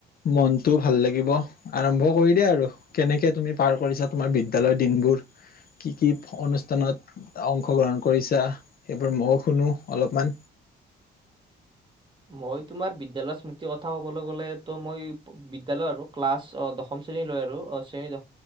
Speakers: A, on the left; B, on the right.
A: মনটোও ভাল লাগিব আৰম্ভ কৰি দে আৰু কেনেকৈ তুমি পাৰ কৰিছা তোমাৰ বিদ্যালয়ৰ দিনবোৰ কি কি অনুষ্ঠানত অংশগ্ৰহণ কৰিছা সেইবোৰ মোক শুনো অলপমান
B: মই তোমাৰ বিদ্যালয়ৰ স্মৃতিৰ কথা ক'বলৈ গ'লেতো মই বিদ্যালয় আৰু ক্লাছ দশম শ্ৰেণী লৈ আৰু শ্ৰেণী